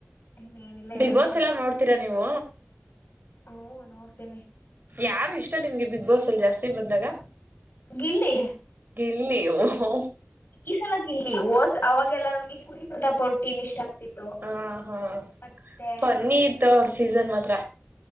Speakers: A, on the left; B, on the right.
A: ಇನ್ನೇನಿಲ್ಲ ಹೇಳ್ಬೇಕ್
B: ಬಿಗ್ ಬಾಸ್
A: ನೀವು
B: ಎಲ್ಲ ನೋಡ್ತೀರಾ ನೀವು
A: ಹ್ಮ ನೋಡ್ತೇನೆ
B: ಯಾರು ಇಷ್ಟ ನಿಮ್ಗೆ ಬಿಗ್ ಬಾಸ್ ಅಲ್ಲಿ ಜಾಸ್ತಿ ಬಂದಾಗ
A: ಗಿಲ್ಲಿ
B: ಗಿಲ್ಲಿ ಗಿಲ್ಲಿ ಓಹೋ
A: ಈ ಸಲಕ್ ಗಿಲ್ಲಿ ಹೋದ್ಸಲ ಅವಾಗೆಲ್ಲ ನನ್ಗೆ ಕುರಿ ಪ್ರತಾಪ್ ಅವ್ರು ಟೀಮ್ ಇಷ್ಟ ಆಗ್ತಿತ್ತು
B: ಹ ಹಾ
A: ಮತ್ತೆ
B: ಫನ್ನಿ ಇತ್ತು ಅವ್ರ ಸೀಸನ್ ಮಾತ್ರ